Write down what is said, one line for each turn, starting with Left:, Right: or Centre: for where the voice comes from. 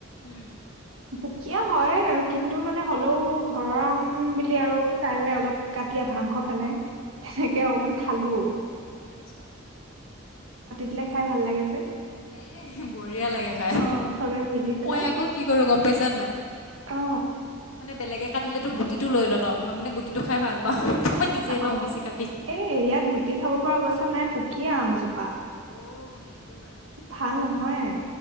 Left: উম
Right: সুকীয়া হয় কিন্তু মানে হ'লেও ঘৰৰ আম বুলি আৰু তাৰে অলপ কাটিয়া <unintelligible> পেলাই তেনেকে অকণমান খালোঁ
Left: <unintelligible>
Right: দিলে খাই ভাল লাগে যে
Left: এহ বঢ়িয়া লাগে খাই
Right: অ চবে মিলি পেলাই
Left: মই আকৌ কি কৰো গম পাইছা নাই
Right: অ
Left: মানে বেলেগে কাটিলেতো গুটিটো লয় নহ, মই মানে গুটিটো খাই ভাল পাওঁ তো মই নিজে লওঁ
Right: অঁ
Left: বেছি কাটি
Right: এ ইয়াত গুটি খাব পৰা অৱস্থা নাই পুকিয়ে আমজোপা।
Left: অঁ সেইটো ক
Right: ভাল নহয়,